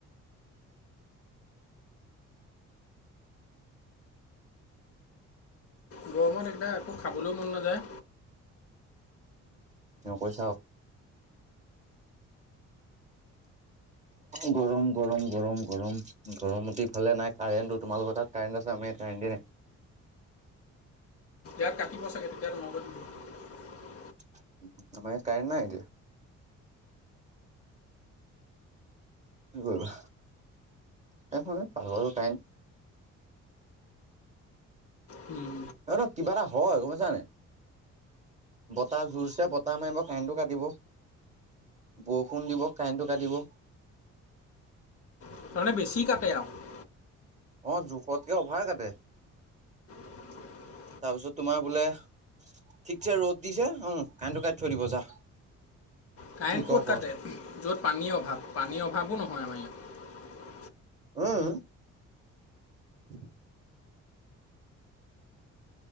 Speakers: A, on the left (about 50°); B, on the right (about 25°).
A: গৰমত একদাৰ একো খাবলৈও মন নাযায়।
B: নকৈছা আও। গৰম, গৰম, গৰম, গৰম, গৰমত ইফালে নাই কাৰেণ্টটো, তোমালোকৰ তাত কাৰেণ্ট আছে আমাৰ ইয়াত কাৰেণ্ট এ নাই।
A: <unintelligible> কাটিব চাগে তেতিয়া তোমালোকৰ দিব।
B: আমাৰ ইয়াত কাৰেণ্ট নাই এতিয়া। কি কৰিবা? এইখন পাগল কাৰেণ্ট।
A: উম।
B: নহয় কিবা এটা হয়, গম‌‌ পইছানে নাই? বতাহ জোৰছে বতাহ মাৰিব, কাৰেণ্টো কাটিব। বৰষুণ দিব কাৰেণ্টো কাাটিব।
A: তাৰমানে বেছি কাটে আৰু।
B: অ', জোখতকে অভাৰ কাটে।
A: <inaudible>
B: তাৰ পিছত তোমাৰ বোলে ঠিকছে ৰ'দ দিছে উম কণ্টো কাইি থৈ দিব যা।
A: কাৰেণ্ট
B: কি কৰ
A: ক'ত কাটে?
B: কৰ
A: য'ত পানীৰ অভাৱ। পানীৰ অভাৱো নহয় আমাৰ ইয়াত।
B: উম'। <inaudible>